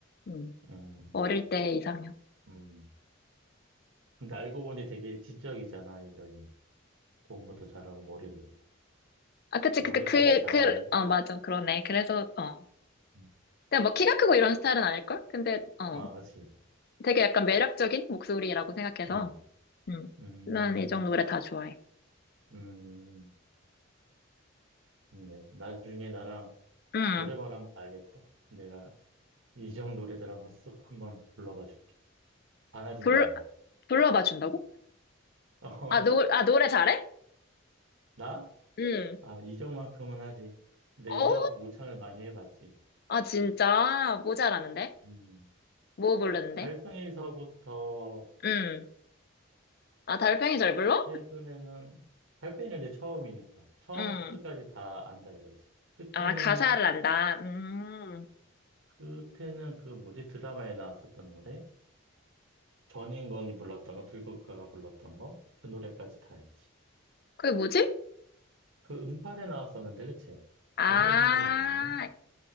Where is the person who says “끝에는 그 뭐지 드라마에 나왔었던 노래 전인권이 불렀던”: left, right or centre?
Right